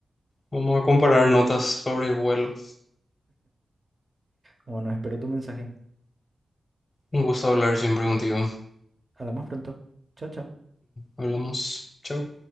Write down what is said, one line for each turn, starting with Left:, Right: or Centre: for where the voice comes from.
Left: Vamos a comparar notas sobre el vuelo.
Right: Bueno, espero tu mensaje.
Left: Un gusto hablar siempre contigo.
Right: Hablamos pronto. Chao, chao.
Left: Hablamos. Chao.